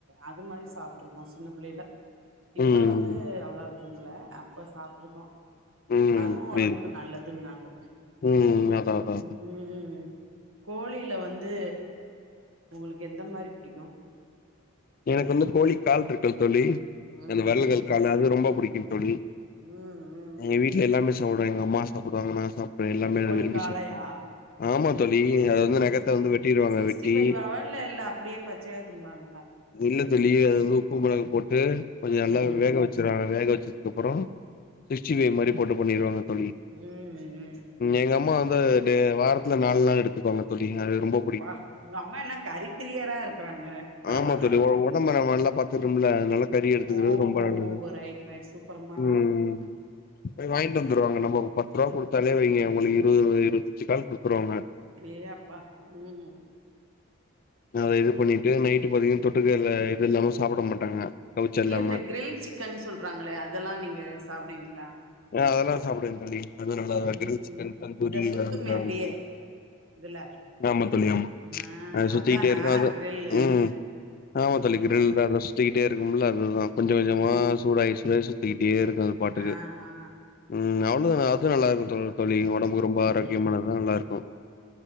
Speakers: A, on the right (about 70°); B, on the left (about 40°).
A: அது மாரி சாப்ட்டுருக்கோ சின்ன புள்ளையில இப்ப
B: ம்
A: வந்து அவ்வளவா விரும்பல அப்ப சாப்ட்டுருக்கோ
B: ம்
A: அதுவு
B: புரியுது
A: ஒடம்புக்கு நல்லதுன்னாங்க
B: ம் அதா அதா
A: ம் கோழில வந்து உங்களுக்கு எந்த மாரி புடிக்கூ
B: எனக்கு வந்து கோழி கால்ருக்குல்ல தோழி
A: ம்
B: அந்த விரல்கள்
A: ம்
B: கால் அது ரொம்ப புடிக்கும் தோழி
A: ம் ம்
B: எங்க வீட்ல எல்லாமே சாப்டுவாங்க எங்க அம்மா சாப்டுவாங்க நா சாப்டுவே எல்லாமே
A: கோழி
B: விரும்பி
A: காளையா
B: சாப்டுவாங்க ஆமா தோழி இங்க அத வந்து
A: ஆ
B: நகத்த வந்து வெட்டிருவாங்க
A: சிக்ஸ்டி
B: வெட்டி
A: ஃபைவாவா இல்ல இல்ல அப்டியே பச்சையா திம்பாங்களா
B: இல்ல தோழி அத வந்து உப்பு மெளகு போட்டு கொஞ்ச நல்லா
A: ம்
B: வேக வச்சு த்ரா வேக வச்சதுக்கு அப்பறோ சிக்ஸ்டி ஃபை மாரி போட்டு பண்ணிருவாங்க தோழி
A: <unintelligible>
B: எங்க அம்மா வந்து அது டே வாரத்துல நால் நாள் எடுத்துக்குவாங்க தோழி அது ரொம்போ
A: ப்பா உங்க அம்மா என்ன கறி ப்ரியரா இருக்றாங்க பரவால்ல
B: ஆமா தோழி ஒ ஒடம்ப நம்ம நல்லா பாத்துரும்ல நல்லா கறி எடுத்துக்கிறது
A: ஓஹோ
B: ரொம்ப நல்லது
A: ரைட் ரைட் சூப்பரம்மா
B: ம்
A: தா
B: போய் வாங்ட்டு வந்துருவாங்க நம்ம பத்து ரூவா குடுத்தாலே வைங்க உங்களுக்கு இருவது இருவத்தஞ்சி கால் குடுத்துருவாங்க
A: ஏ அப்பா ம்
B: அத இது பண்ணிட்டு நைட்டு பாத்தீங்கன் தொட்டுக்கல்ல இது இல்லாம சாப்ட மாட்டாங்க கவுச்ச
A: இல்ல
B: இல்லாம
A: இந்த க்ரில் சிக்கன் சொல்றாங்களே அதெல்லா நீங்க சாப்டுவீங்க
B: ஆ அதெல்லா சாப்டுவே தோழி அதுவு நல்லாதா
A: ம்
B: கிரில் சிக்கன் தந்தூரி
A: இந்த
B: இதெல்லா
A: சுத்துமே
B: நல்லாருக்கூ
A: அப்டியே
B: தோழி
A: இதுல
B: ஆமா தோழி ஆமா
A: ஆ
B: அது சுத்திக்கிட்டே
A: அதானா
B: இருக்கூ அத
A: கிரில்லு
B: ம் ஆமா
A: ஓ
B: தோழி கிரில் தா எதோஸ் சுத்திக்கிட்டே இருக்கும்ல அதுதா கொஞ்ச
A: ம்
B: கொஞ்சமா
A: ம்
B: சூடாயி சூடாய் சுத்திக்கிட்டே இருக்கு அது பாட்டுக்கு
A: ஆ ஆ
B: ம் அவ்ளோ தா அது நல்லா இருக்கு தோழி ஒடம்புக்கு ரொம்ப
A: ம்
B: ஆரோக்கியமா அது நல்லா இருக்கூ